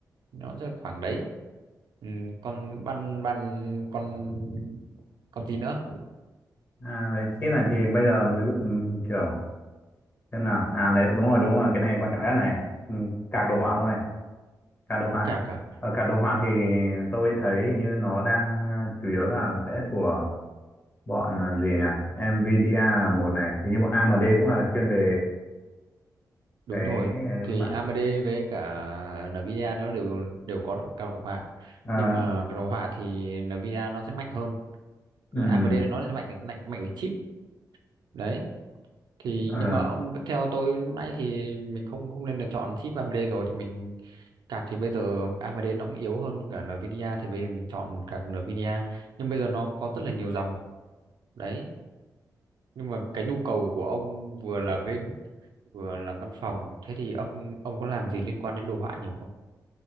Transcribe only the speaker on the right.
nó sẽ khoảng đấy ừ, con ban ban con con gì nữa
cả cả
đúng
rồi
thì
AMD với cả Nvidia nó đều đều có được các đồ họa
nhưng mà cái đồ họa thì Nvidia nó sẽ mạnh hơn
Rồi AMD nó là mạnh mạnh mạnh về chip đấy thì
nhưng mà theo tôi lúc nãy thì mình không không nên là chọn chip AMD rồi thì mình card thì bây giờ AMD nó cũng yếu hơn cả Nvidia thì bây giờ mình chọn card Nvidia nhưng bây giờ nó có rất là nhiều dòng đấy nhưng mà cái nhu cầu của ông vừa là game vừa là văn phòng thế thì ông ông có làm gì liên quan đến đồ họa nhiều không